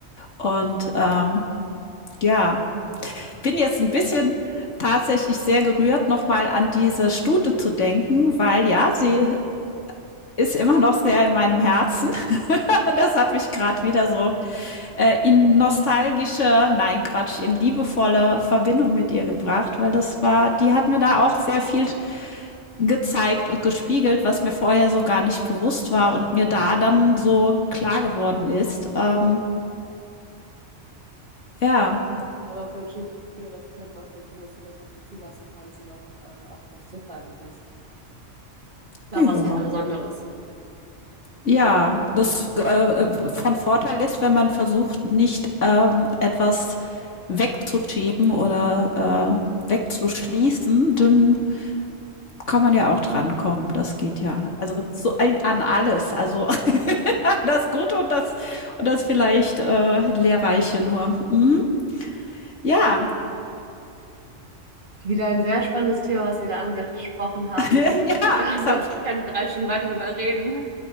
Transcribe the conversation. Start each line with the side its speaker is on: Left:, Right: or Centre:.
Left: Und ähm, ja, ich bin jetzt ein bisschen tatsächlich sehr gerührt, nochmal an diese Stute zu denken, weil ja, sie ist immer noch sehr in meinem Herzen. <laughs> Das hat mich gerade wieder so äh, in nostalgische, nein Quatsch, in liebevolle Verbindung mit ihr gebracht, weil das war, die hat mir da auch sehr viel gezeigt und gespiegelt, was mir vorher so gar nicht bewusst war und mir da dann so klar geworden ist. Ähm,
Right: ja,
Left: ja.
Right: aber voll schön, dass Tiere das können, auch voll schön, dass du das auch so zulassen kannst und auch, äh, auch darauf zurückgreifen kannst. Ist
Left: Ja.
Right: Auch was total Besonderes.
Left: Ja, das äh, von Vorteil ist, wenn man versucht, nicht ähm, etwas wegzuschieben oder äh, wegzuschließen, dann kann man ja auch drankommen, das geht ja. Also so ein, an alles, also <laughs> das Gute und das und das vielleicht äh, Lehrreiche nur. Mhm. Ja,
Right: Wieder ein sehr spannendes Thema, was wir da angesprochen haben.
Left: <laughs>
Right: Ich würde
Left: ja,
Right: <laughs> da
Left: das
Right: wirklich
Left: hat
Right: gerne drei Stunden weiter darüber reden.